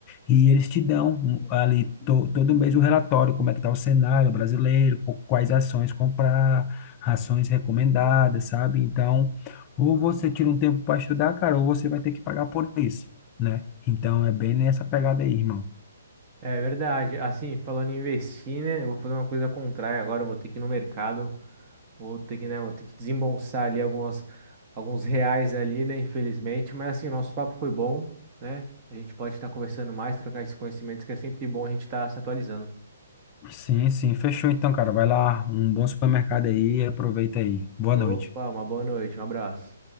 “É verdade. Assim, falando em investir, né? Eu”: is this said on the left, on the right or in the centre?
Right